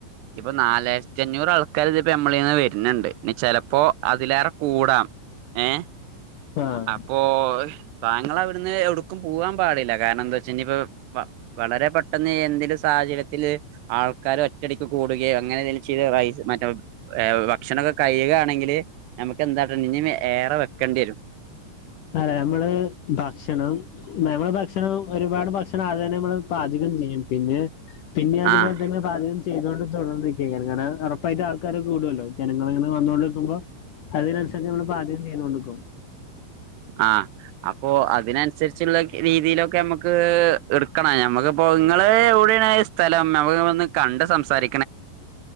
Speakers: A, on the right; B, on the left.
A: ഇപ്പൊ നാലായിരത്തി അഞ്ഞൂറ് ആൾക്കാരിത്‌പ്പൊ നമ്മളീന്ന് വര്ന്ന്ണ്ട് ഇനി ചെലപ്പോ അതിലേറെ കൂടാം ഏ
B: ആഹ്
A: അപ്പോ താങ്കളവ്ട്ന്ന് എടുക്കും പോവാൻ പാടില്ല കാരണെന്താവെച്ച ഇനിപ്പൊ വളരെ പെട്ടെന്ന് എന്തേലും സാ സഹചര്യത്തില് ആൾക്കാര് ഒറ്റടി ക്ക് കൂടുകയോ അങ്ങനെന്തേലും ചെയ്ത് റൈ മറ്റെ ഭക്ഷണൊക്കെ കഴിയുകാണെങ്കില് നമുക്കെന്താട്ടണ്ടി ഇനി ഏറെ വെക്കണ്ടിരും
B: അതെ നമ്മള് ഭക്ഷണം നമ്മളെ ഭക്ഷണം ഒരുപാട് ഭക്ഷണം അദ്യന്നെ നമ്മള് പാചകം ചെയ്യും പിന്നെ പിന്നിം അതുപോലെത്തന്നെ
A: ആഹ്
B: പാചകം ചെയ്തോണ്ട് തുടർന്നിര്ക്കയ്‌കാരം കാരണം ഒറപ്പായിട്ടും ആൾക്കാര് കൂടു വല്ലോ ജനങ്ങള്ങ്ങനെ വന്നോണ്ടിക്കുമ്പോ അതിനനുസരിച്ച് നമ്മള് പാചകം ചെയ്തോണ്ട്ക്കും
A: ആ അപ്പോ അതിനൻസര്ച്ച്ള്ള രീതീലൊക്കെ ഞമ്മക്ക് എടുക്കണ ഞാ മ്മക്ക്പ്പോ ഇങ്ങള് എവ്ടേണ് സ്ഥലം? നമ്മക്ക്ങ്ങളൊന്ന് കണ്ട് സംസാരി